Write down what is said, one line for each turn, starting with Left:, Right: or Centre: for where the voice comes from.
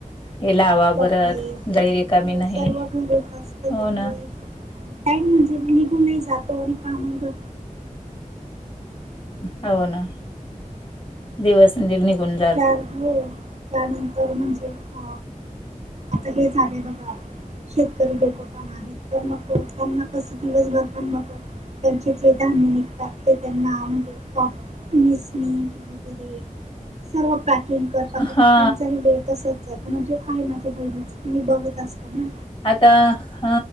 Left: हे लावा
Right: कपडे
Left: रिकामी नाही.
Right: सर्व घरच असतं
Left: हो
Right: त्यामुळे
Left: ना,
Right: टड म्हणजे मी निघून नाही जातो आणि कामही बो
Left: होव ना दिवस निगुण
Right: त्या हो त्यानंतर म्हणजे अ आता हे झाले बघा शेतकरी लोक पण आहेत तर मग त्यांना कसं दिवसभर पण मग त्यांचे जे धान्य निघतात ते त्यांना म्हणजे मसनीझ <unintelligible> सर्व पॅकिंग करता
Left: हा
Right: करता त्यांचाही वेळ तसंच जातो म्हणजे आहे. बघत असत ना
Left: आता हा